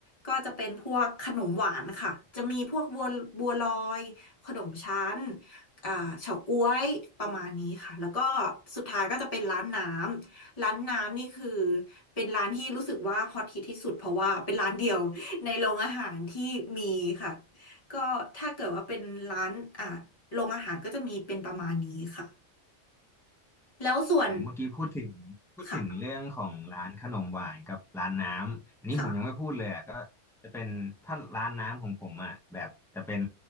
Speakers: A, on the left; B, in the centre.
A: ก็จะเป็นพวกขนมหวานค่ะจะมีพวกบัวบัวลอยขนมชั้นอ่าเฉาก๊วยประมาณนี้ค่ะแล้วก็สุดท้ายก็จะเป็นร้านน้ำ ร้านน้ำนี่คือเป็นร้านที่รู้สึกว่าฮอตฮิตที่สุดเพราะว่าเป็นร้านเดียว <laughs> ในโรงอาหารที่มีค่ะก็ถ้าเกิดว่าเป็นร้านอ่ะโรงอาหารก็จะมีเป็นประมาณนี้ค่ะแล้วส่วน
B: อืมเมื่อกี้พูดถึงพูดถึงเรื่องของร้านขนมหวานกับร้านน้ำอันนี้ผมยังไม่พูดเลยอ่ะก็จะเป็นถ้าร้านน้ำของผมอ่ะแบบจะเป็น
A: ค่ะค่ะ